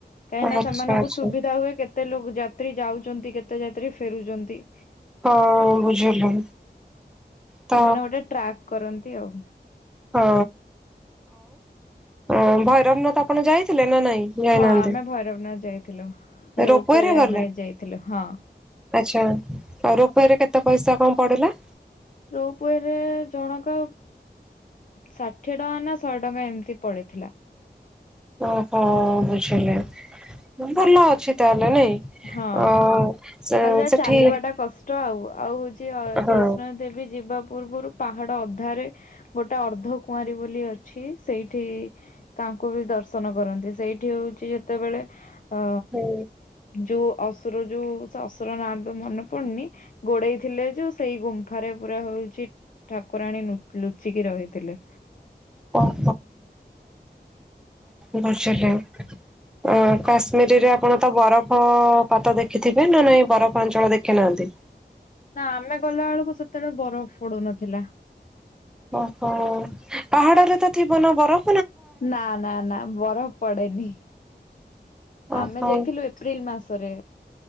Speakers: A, on the left (about 50°); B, in the centre.
A: କାହିଁନା
B: ଆଚ୍ଛା
A: ସେମାନଙ୍କୁ
B: ଆଚ୍ଛା।
A: ସୁବିଧା ହୁଏ। କେତେ ଲୋକ ଯାତ୍ରୀ ଯାଉଛନ୍ତି କେତେ ଯାତ୍ରୀ ଫେରୁଛନ୍ତି।
B: ହଁ ବୁଝିଲି। ତ
A: ସେମାନେ ଗୋଟେ ଟ୍ରାକ୍ କରନ୍ତି ଆଉ।
B: ହଁ ଆଉ ଭୈରବନାଥ ଆପଣ ଯାଇଥିଲେ ନା ନାଇଁ? ଯାଇନାହାନ୍ତି
A: ହଁ ଆମେ ଭୈରବ ନ ଯାଇଥିଲୁ ରୋପୱରେ
B: ରୋପୱେରେ ଗଲେ?
A: ଆମେ ଯାଇଥିଲୁ ହଁ।
B: ଆଚ୍ଛା ଆଉ ରୋପେଇରେ କେତେ ପଇସା କଣ ପଡିଲା?
A: ରୋପୱେ ରେ ଜଣକା ଷାଠିଏ ଟଙ୍କା ନା ଶହେ ଟଙ୍କା ଏମିତି ପଡିଥିଲା।
B: ଓହଁ ବୁଝିଲେ ଭଲ ଅଛି ତାହେଲେ ନାଇଁ।
A: ହଁ।
B: ଆଉ ସେ
A: ଖାଲି ଯା
B: ସେଠି
A: ଚାଲିବାଟା କଷ୍ଟ, ଆଉ ଆଉ ହେଉଛି
B: ହଁ
A: ବୈଷ୍ଣବ ଦେବୀ ଯିବା ପୂର୍ବରୁ ପାହାଡ ଅଧାରେ ଗୋଟେ ଅର୍ଦ୍ଧ କୁଆଁରୀ ବୋଲି ଅଛି ସେଇଠି ତାଙ୍କୁ ବି ଦର୍ଶନ କରନ୍ତି ସେଇଠି ହଉଛି ଯେତେବେଳେ ଅ
B: ହୁଁ।
A: ଯୋଉ ଅସୁର ଯୋଉ ସେ ଅସୁର ନାଁ ତ ମନେ ପଡୁନି ଗୋଡେଇ ଥିଲେ ଯୋଉ ସେଇ ଗୁମ୍ଫାରେ ପୁରା ହଉଛି ଠାକୁରାଣୀ ନୁ ଲୁଚିକି ରହିଥିଲେ
B: ଓହ <inaudible> ଅ କାଶ୍ମୀରରେ ଆପଣ ତ ବରଫପାତ ଦେଖିଥିବେ ନା ନାହିଁ ବରଫା ଅଞ୍ଚଳ ଦେଖି ନାହାନ୍ତି
A: ନା ଆମେ ଗଲାବେେଳକୁ ସେତେବେଳେ ବରଫ ପଡୁନଥିଲା
B: ଓହୋ ପାହାଡରେ ତ ଥିବ ନା ବରଫ୍
A: ନା ନା ନା ବରଫ ପଡ଼େନି
B: ଓହୋ
A: ଆମେ ଯାଇଥିଲୁ ଏପ୍ରିଲ୍ ମାସରେ